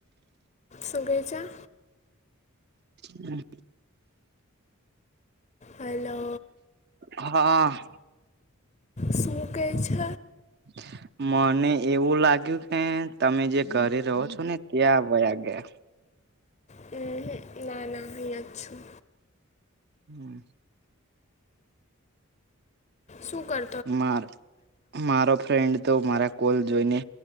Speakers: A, on the left; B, on the right.
A: સુ કહેસા.
B: હમ્મ.
A: હલો.
B: હા.
A: શૂં કે છે?
B: <unintelligible> મને એવું લાગ્યું કે તમે જે કરી રહો છો ને ત્યાં વ્યા ગયા.
A: હ ના ના અહીંયા જ છું.
B: હમ્મ.
A: શું કર?
B: મા મારો ફ્રેન્ડ તો મારા કોલ જોઈને